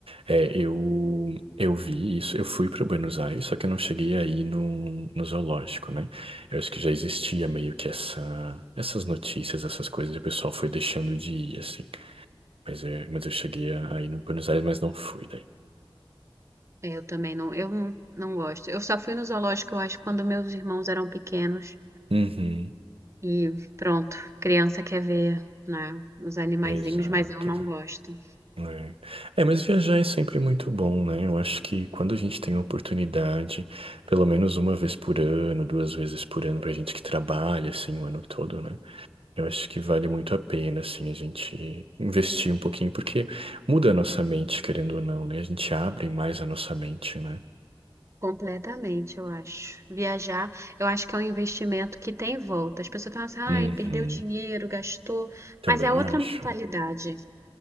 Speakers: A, on the right (about 80°); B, on the right (about 30°).
A: É, eu, eu vi isso, eu fui para Buenos Aires, só que eu não cheguei aí no, no zoológico, né? Eu acho que já existia meio que essa, essas notícias, essas coisas, e o pessoal foi deixando de ir, assim. Mas, é, mas eu cheguei aí no Buenos Aires, mas não fui daí.
B: Eu também não, eu não não gosto. Eu só fui no zoológico, eu acho, quando meus irmãos eram pequenos.
A: Uhum,
B: E pronto, criança quer ver, né, os animaizinhos,
A: exato,
B: mas eu não
A: exato.
B: gosto.
A: É. É, mas viajar é sempre muito bom, né? Eu acho que quando a gente tem a oportunidade, pelo menos uma vez por ano, duas vezes por ano, pra gente que trabalha, assim, o ano todo, né? Eu acho que vale muito a pena, assim, a gente investir um pouquinho, porque muda a nossa mente, querendo ou não, né? A gente abre mais a nossa mente, né?
B: Completamente, eu acho. Viajar, eu acho que é um investimento que tem volta. As pessoas falam assim, ai,
A: Uhum,
B: perdeu dinheiro, gastou,
A: também
B: mas é outra
A: acho.
B: mentalidade.